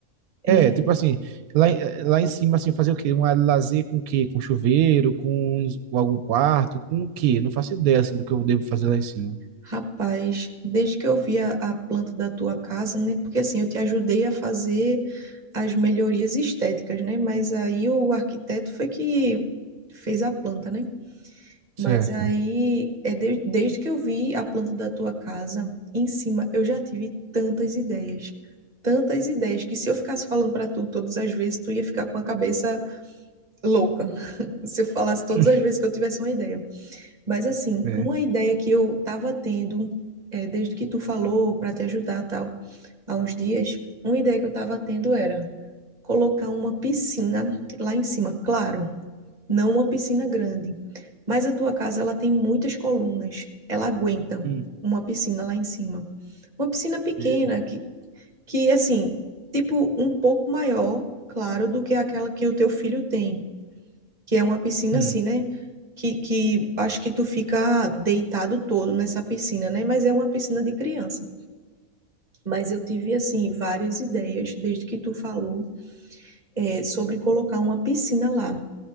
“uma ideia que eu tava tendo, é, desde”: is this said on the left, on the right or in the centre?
Right